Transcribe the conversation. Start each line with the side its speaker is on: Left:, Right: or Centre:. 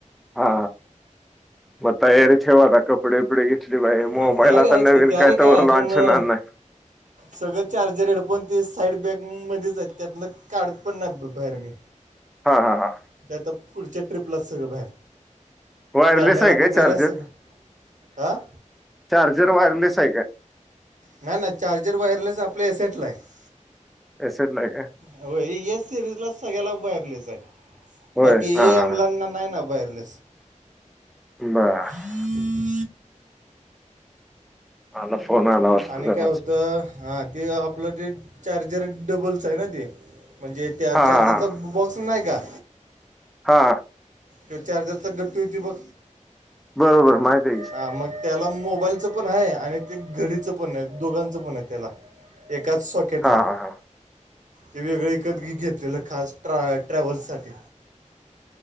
Centre: हा म ए रचेवाता कपडे उपडे ग बाई मोबाईलताना
Right: ना त्या रे आहेच की
Centre: विनकाय
Right: त्या रे काय
Centre: तवर
Right: अजून
Centre: लांच
Right: अं,
Centre: होणारना
Right: सगळं चार्जर हेडफोन ते साईड बॅगमध्येध्येच आहेत त्यातलं काढत पण नाही बाहेर मी
Centre: हा हा हा
Right: ते आता पुढच्या ट्रिपलाच सगळं बाहेर
Centre: वायरलेस
Right: कॅमेरा
Centre: आहे काय
Right: बिमेरा
Centre: चार्जर
Right: सग हं
Centre: चार्जर वायरलेस आहे का
Right: नाही ना चार्जर वायरलेस आपले एसटला आहे
Centre: एसड लाे
Right: हो या सिरीज ला सगळ्याला बाहेरलेच आहे
Centre: होय
Right: बाकी
Centre: हा
Right: एएमलांना
Centre: हा.
Right: नाही ना वायरलेस
Centre: बर
Right: हां
Centre: आला फोन आला वाटतं
Right: आणि
Centre: जरासा.
Right: काय होतं हा तेी आप अलटेड चार्जर डबलच आहे ना ते म्हणजे त्या
Centre: हा
Right: चार्जरचा
Centre: हा हा
Right: बॉक्स नाही का
Centre: हा
Right: त चार्जरचा घट्ट होती बघ
Centre: बरोबर माहती येई
Right: ह मग त्याला मोबाईलचं पण आहे आणि ते घडीचं पण दोघांच पण आहे त्याला एकाच सॉकेटला
Centre: हा हा हा
Right: ते वेगळं एकत घेतलेलं खास ट्रा ट्रॅव्हल्ससाठी